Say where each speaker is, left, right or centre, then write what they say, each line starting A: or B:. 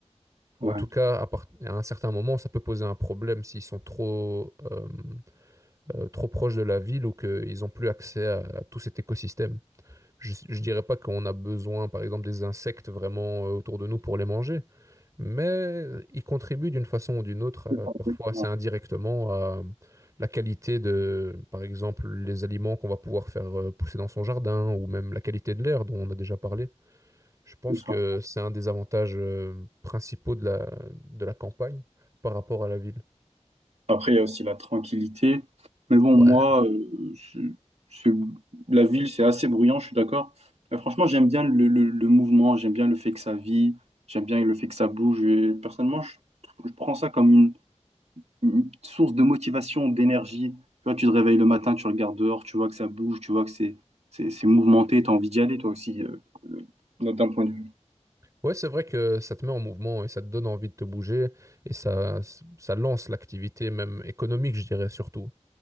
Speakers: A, on the right; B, on the right.
A: Ou
B: Ouais.
A: en tout cas, à, part- à un certain moment, ça peut poser un problème s'ils sont trop... euh, euh, trop proches de la ville ou qu'ils n'ont plus accès à, à tout cet écosystème. Je ne dirais pas qu'on a besoin, par exemple, des insectes vraiment euh, autour de nous pour les manger, mais ils contribuent d'une façon ou d'une autre, euh,
B: C'est ça,
A: parfois
B: exactement.
A: assez indirectement, à la qualité de, par exemple, les aliments qu'on va pouvoir faire euh, pousser dans son jardin, ou même la qualité de l'air dont on a déjà parlé. Je pense
B: C'est ça.
A: que c'est un des avantages euh, principaux de la, de la campagne par rapport à la ville.
B: Après, il y a aussi la tranquillité. Mais bon,
A: Ouais,
B: moi, euh, c'est- c'est- la ville, c'est assez bruyant, je suis d'accord. Mais franchement, j'aime bien le, le- le mouvement, j'aime bien le fait que ça vit, j'aime bien le fait que ça bouge. Et personnellement, je, je prends ça comme une, une source de motivation, d'énergie. Tu vois, tu te réveilles le matin, tu regardes dehors, tu vois que ça bouge, tu vois que c'est, c'est, c'est mouvementé, tu as envie d'y aller, toi aussi, euh, euh, d'un point de vue.
A: Ouais, c'est vrai que ça te met en mouvement et ça te donne envie de te bouger et ça, ça lance l'activité même économique, je dirais surtout.